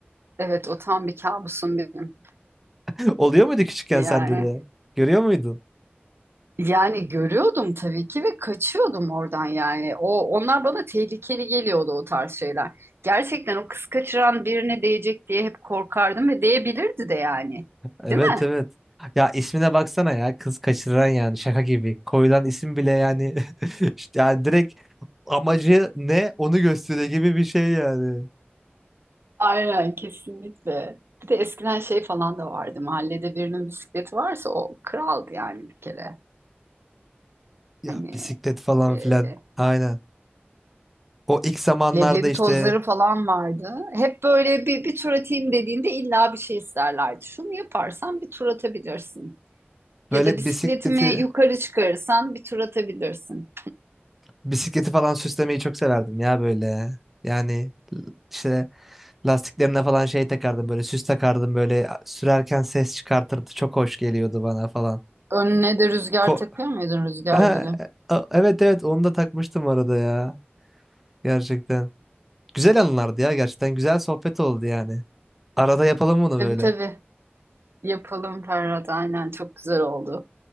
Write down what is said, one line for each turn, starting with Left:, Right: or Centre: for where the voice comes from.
Right: Evet, o tam bir kabusum benim.
Centre: <laughs> Oluyor muydu küçükken
Right: Yani
Centre: sende de? Görüyor muydun?
Right: Yani görüyordum tabii ki ve kaçıyordum oradan yani. O onlar bana tehlikeli geliyordu o tarz şeyler. Gerçekten o kız kaçıran birine değecek diye hep korkardım ve değebilirdi de yani.
Centre: Evet
Right: Değil mi?
Centre: evet. Ya ismine baksana ya kız kaçıran yani şaka gibi. Koyulan isim bile yani <laughs> işte yani direkt amacı ne onu gösteriyor gibi bir şey yani.
Right: Aynen kesinlikle. Bir de eskiden şey falan da vardı. Mahallede birinin bisikleti varsa o kraldı yani bir kere.
Centre: Ya
Right: Hani
Centre: bisiklet falan
Right: e,
Centre: filan. Aynen. O ilk zamanlarda
Right: leblebi
Centre: işte
Right: tozları falan vardı. Hep böyle bir, bir tur atayım dediğinde illa bir şey isterlerdi. Şunu yaparsan bir tur atabilirsin. Ya
Centre: böyle
Right: da bisikletimi
Centre: bisikleti
Right: yukarı çıkarırsan bir tur atabilirsin.
Centre: Bisikleti falan süslemeyi çok severdim ya böyle. Yani l- işte lastiklerine falan şey takardım böyle süs takardım böyle sürerken ses çıkartırdı. Çok hoş geliyordu bana falan.
Right: Önüne de rüzgar
Centre: Ko
Right: takıyor
Centre: <laughs>
Right: muydun rüzgar
Centre: Ha,
Right: gülü?
Centre: e- a- evet evet onu da takmıştım arada ya. Gerçekten. Güzel anılardı ya gerçekten. Güzel sohbet oldu yani. Arada yapalım bunu
Right: Tabii
Centre: böyle.
Right: tabii. Yapalım Ferhat. Aynen çok güzel oldu.